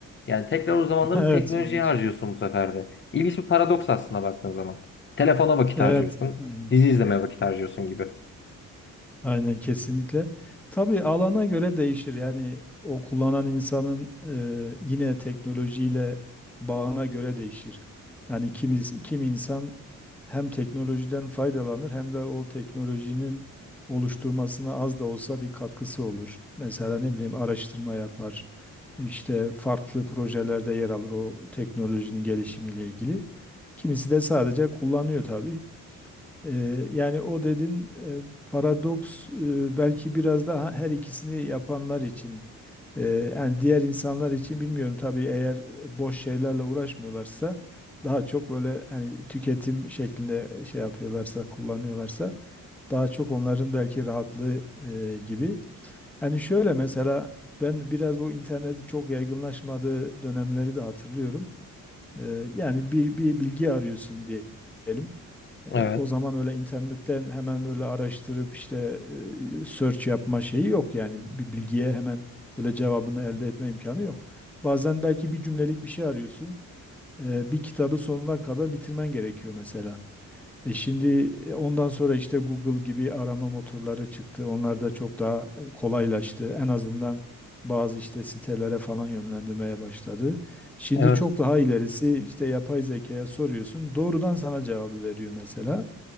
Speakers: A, on the left; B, in the centre.
A: Yani tekrar o zamanları
B: <laughs> Evet,
A: teknolojiye
B: ilginç.
A: harcıyorsun bu sefer de. İlginç bir paradoks aslında baktığın zaman. Telefona vakit
B: Evet.
A: harcıyorsun.
B: aynen.
A: Dizi izlemeye vakit harcıyorsun gibi.
B: Aynen kesinlikle. Tabii alana göre değişir. Yani o kullanan insanın e, yine teknolojiyle bağına göre değişir. Yani kimi, kimi insan hem teknolojiden faydalanır hem de o teknolojinin oluşturmasına az da olsa bir katkısı olur. Mesela ne bileyim araştırma yapar, İşte farklı projelerde yer alır o teknolojinin gelişimiyle ilgili. Kimisi de sadece kullanıyor tabii. Ee, yani o dedin e, paradoks e, belki biraz daha her ikisini yapanlar için e, yani diğer insanlar için bilmiyorum tabii eğer boş şeylerle uğraşmıyorlarsa daha çok böyle hani tüketim şeklinde şey yapıyorlarsa kullanıyorlarsa daha çok onların belki rahatlığı e, gibi. Yani şöyle mesela ben biraz bu internetin çok yaygınlaşmadığı dönemleri de hatırlıyorum. Ee, yani bir, bir bilgi arıyorsun diyelim. E,
A: Evet.
B: O zaman öyle internetten hemen böyle araştırıp işte e, search yapma şeyi yok yani bir bilgiye hemen böyle cevabını elde etme imkanı yok. Bazen belki bir cümlelik bir şey arıyorsun. E, Bir kitabı sonuna kadar bitirmen gerekiyor mesela. E şimdi e, ondan sonra işte Google gibi arama motorları çıktı. Onlar da çok daha e, kolaylaştı. En azından bazı işte sitelere falan yönlendirmeye başladı. Şimdi
A: Evet.
B: çok daha ilerisi işte yapay zekaya soruyorsun. Doğrudan sana cevabı veriyor mesela.